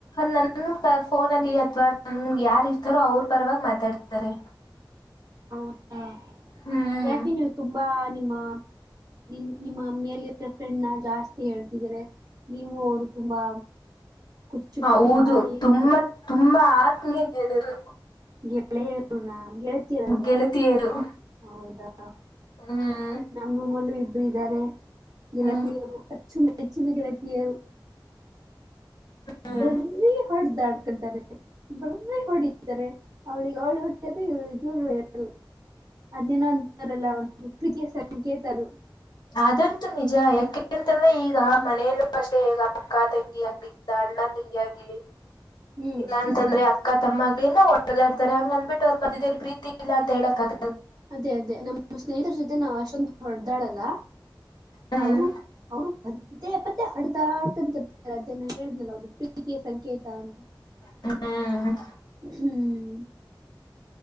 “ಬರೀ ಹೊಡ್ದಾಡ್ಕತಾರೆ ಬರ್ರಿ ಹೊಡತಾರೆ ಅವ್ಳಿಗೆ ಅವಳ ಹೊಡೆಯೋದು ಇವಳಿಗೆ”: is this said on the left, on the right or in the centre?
Right